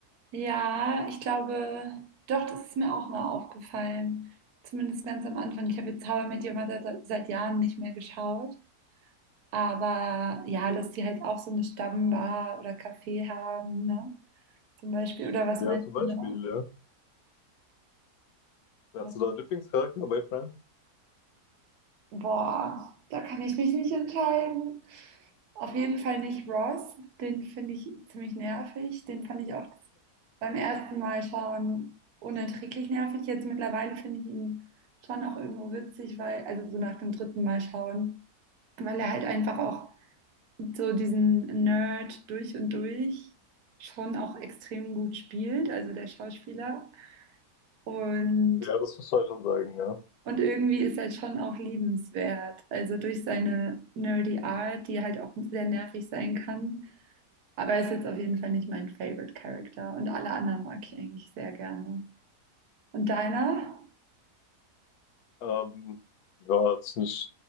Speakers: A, on the right; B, on the left.
A: Ja, ich glaube, doch, das ist mir auch mal aufgefallen. Zumindest ganz am Anfang. Ich habe jetzt How I Met Your Mother se- seit Jahren nicht mehr geschaut. Aber ja, dass die halt auch so eine Stammbar oder Café haben, ne? zum Beispiel. Oder was
B: Ja,
A: meinst
B: zum Beispiel,
A: du noch?
B: ja. Hast
A: Was-
B: du da einen Lieblingscharakter bei Friends?
A: Boah, da kann ich mich nicht entscheiden. Auf jeden Fall nicht Ross. Den finde ich ziemlich nervig. Den fand ich auch beim ersten Mal schauen unerträglich nervig. Jetzt mittlerweile finde ich ihn schon auch irgendwo witzig, weil, also so nach dem dritten Mal schauen, weil er halt einfach auch so diesen Nerd durch und durch schon auch extrem gut spielt, also der Schauspieler. Und
B: Ja, das musst du halt schon sagen, ja.
A: Und irgendwie ist halt schon auch liebenswert. Also durch seine nerdy Art, die halt auch sehr nervig sein kann. Aber er ist jetzt auf jeden Fall nicht mein Favorite Character. Und alle anderen mag ich eigentlich sehr gerne. Und deiner?
B: Ähm, ja, das ist eine